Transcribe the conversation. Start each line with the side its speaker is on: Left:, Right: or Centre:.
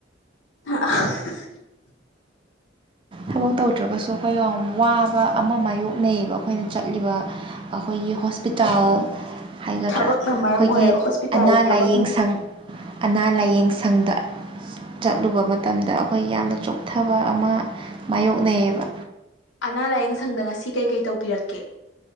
Left: <unintelligible>
Right: ꯊꯕꯛ ꯇꯧꯗ꯭ꯔꯒꯁꯨ ꯑꯩꯈꯣꯏ ꯌꯥꯝ ꯋꯥꯕ ꯑꯃ ꯃꯌꯣꯛꯅꯩꯑꯌꯦꯕ ꯑꯩꯈꯣꯏꯅ ꯆꯠꯂꯤꯕ ꯑꯩꯈꯣꯏꯒꯤ ꯍꯣꯁꯄꯤꯇꯥꯜ ꯍꯥꯏꯒꯗ꯭ꯔꯥ
Left: ꯊꯕꯛꯅ ꯃꯔꯝ
Right: ꯑꯩꯈꯣꯏꯒꯤ
Left: ꯑꯣꯏꯔꯒ ꯍꯣꯁꯄꯤꯇꯥꯜꯒꯤ
Right: ꯑꯅꯥ
Left: ꯊꯕꯛꯅ
Right: ꯂꯥꯏꯌꯦꯡ ꯁꯪ ꯑꯅꯥ ꯂꯥꯏꯌꯦꯡ ꯁꯪꯗ ꯆꯠꯂꯨꯕ ꯃꯇꯝꯗ ꯑꯩꯈꯣꯏ ꯌꯥꯝꯅ ꯆꯣꯛꯊꯕ ꯑꯃ ꯃꯥꯌꯣꯛꯅꯩꯌꯦꯕ
Left: ꯑꯅꯥ ꯂꯥꯏꯌꯦꯡ ꯁꯪꯗ ꯉꯁꯤ ꯀꯩꯀꯩ ꯇꯧꯕꯤꯔꯛꯀꯦ